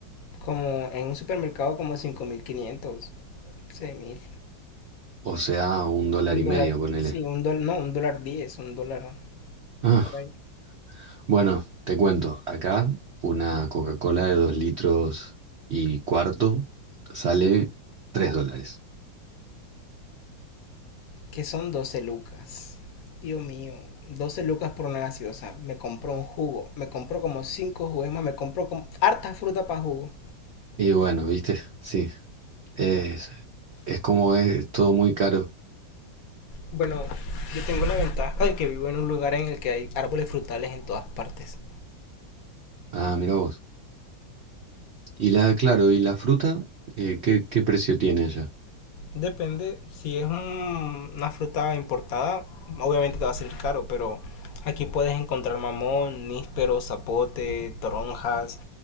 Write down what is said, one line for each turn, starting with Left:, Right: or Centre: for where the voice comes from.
Left: Como en un supermercado como cinco mil quinientos seis mil
Right: O sea, un dólar
Left: Un
Right: y
Left: dólar,
Right: medio, ponele.
Left: sí, un dólar, no, un dólar diez un dólar
Right: Ah.
Left: por ahí.
Right: Bueno, te cuento, acá una Coca-Cola de dos litros y cuarto sale tres dólares.
Left: Que son 12 lucas. Dios mío, doce lucas por una gaseosa. Me compró un jugo, me compró como 5 jugos más, me compró como harta fruta para jugo.
Right: Y bueno, viste, sí, es, es como es todo muy caro.
Left: Bueno, yo tengo la ventaja de que vivo en un lugar en el que hay árboles frutales en todas partes.
Right: Ah, mira vos. Y la, claro, ¿y la fruta? Eh, ¿qué, qué precio tiene allá?
Left: Depende, si es un- una fruta importada, obviamente te va a salir caro, pero aquí puedes encontrar mamón, níspero, zapote, toronjas,